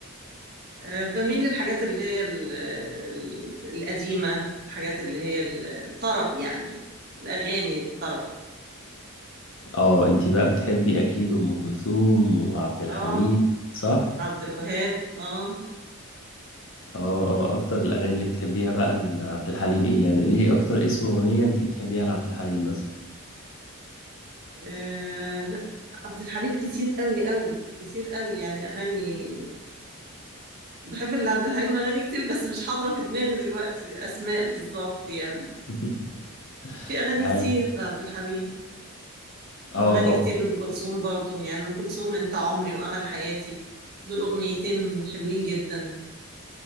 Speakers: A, on the right; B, on the left.
A: آه، بميل للحاجات اللي هي ال- ال- القديمة الحاجات اللي هي ال- الطرب يعني الأغاني الطرب
B: اه انتي بقى بتحبي اكيد ام كلثوم وعبد الحليم
A: اه
B: صح
A: عبد الوهاب اه
B: اه اه اكتر الاغاني اللي بتحبيها بقى لعبد الحليم ايه يعني قولي لي اكتر اسم اغنيه انت بتحبيها لعبد الحليم مثلا
A: آه لا عبد الحليم كتير قوي قوي كتير قوي يعني اغاني بحب اللي عبد الحليم اغاني كتير بس مش حاضره في دماغي دلوقتي اسماء بالظبط يعني
B: <laughs>
A: في اغاني
B: عادي
A: كتير لعبد الحليم
B: اه
A: واغاني
B: طبعا
A: كتير لام كلثوم برضو يعني ام كلثوم انت عمري وامل حياتي دول اغنيتين حلوين جدا